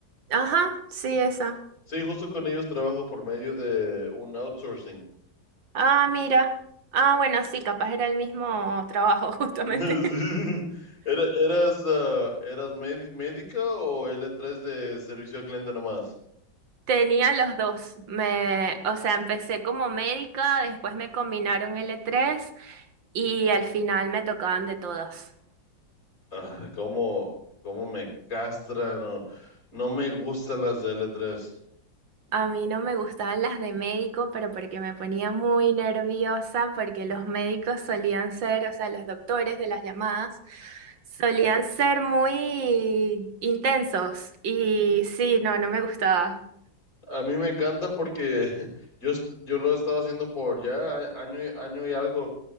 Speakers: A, on the right; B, on the left.
A: Ajá, sí, esa.
B: Sí, justo con ellos trabajo por medio de un outsourcing.
A: Ah, mira. Ah, bueno, sí, capaz era el mismo trabajo, <laughs> justamente.
B: <laughs> Sí. Era- ¿Eras, ah, eras médi- médica o l tres de servicio al cliente nomás?
A: Tenía los dos. Me, o sea, empecé como médica, después me combinaron l tres y al final me tocaban de todas.
B: Ah, ¿cómo, cómo me castran? No, no me gustan las de l tres.
A: A mí no me gustaban las de médico, pero porque me ponía muy nerviosa, porque los médicos solían ser, o sea, los doctores de las llamadas, solían ser muy intensos. Y sí, no, no me gustaba.
B: A mí me encanta porque <laughs> yo, est- yo lo he estado haciendo por ya a- año y, año y algo.